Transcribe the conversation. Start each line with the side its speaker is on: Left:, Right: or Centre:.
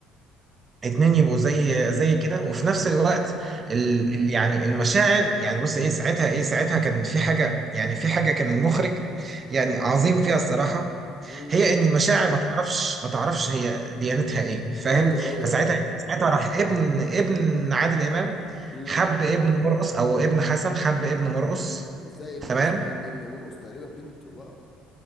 Right: اتنين يبقوا زي زي كده وفي نفس الوقت
Left: امم
Right: ال ال- يعني المشاعر يعني بص ايه ساعتها ايه ساعتها كان في حاجة يعني في حاجة كان المخرج يعني عظيم فيها الصراحة
Left: امم
Right: هي ان المشاعر ما تعرفش ما تعرفش هي ديانتها ايه فاهم
Left: ايوه ايوه
Right: فساعتها
Left: ايوه
Right: ساعتها راح ابن ابن عادل امام
Left: امم
Right: حب ابن مرقص او ابن حسن حب ابن مرقص
Left: ازاي ابن
Right: تمام
Left: حسن حب ابن ونص تقريبا بنته بقى